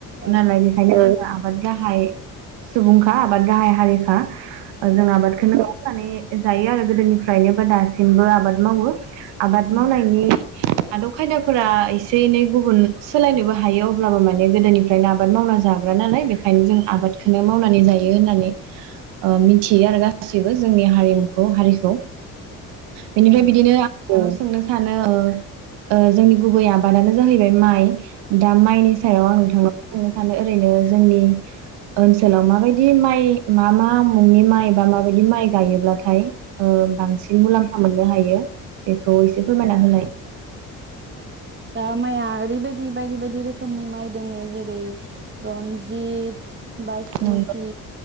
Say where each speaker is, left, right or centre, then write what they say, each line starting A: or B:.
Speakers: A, on the right; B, on the right.
A: औ
B: नालाय बेखायनो आबाद गाहाय सुबुंखा एबा गाहाय हारिखा जों
A: औ
B: आबादखौनो माने जायो आरो गोदोनिफ्रायनो बा दासिमबो आबाद मावो आबाद
A: उम
B: मावनायनि आदब खायदाफोरा एसे एनै गुबुन सोलायनोबो हायो अब्लाबो माने गोदोनिफ्रायनो आबाद मावना जाग्रा नालाय बेखायनो जों आबाद बेखौनो मावनानै जायो होननानै मिथियो आरो गासैबो जोंनि हारिमुखौ हारिखौ बेनिफ्राय
A: औ
B: बिदिनो सोंनो सानो ओ ओ जोंनि गुबै आबादानो जाहैबाय माइ दा माइनि सायाव
A: उम
B: आं नोंथांमोन बुंनो सानो ओरैनो जोंनि ओनसोलाव माबायदि माइ मा मा मुंनि माइ बा माबायदि माइ गायोब्लाथाय ओ बांसिन मुलाम्फा मोननो हायो बेखौ एसे फोरमायना
A: औ
B: होलाय
A: अ माइआ ओरैबायदि बायदि बायदि रोखोमनि माइ दोङो जेरै रनजित बायसमुथि
B: नंगौ